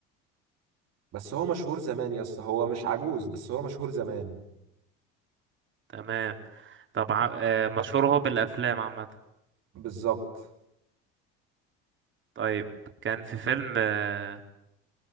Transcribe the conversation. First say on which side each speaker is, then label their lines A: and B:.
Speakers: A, on the right; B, on the right.
A: بس هو مشهور زمان يا اسطى هو مش عجوز بس هو مشهور زمان
B: تمام طب ع- آه... مشهور هو بالأفلام عامة
A: بالظبط
B: طيب كان في فيلم آه،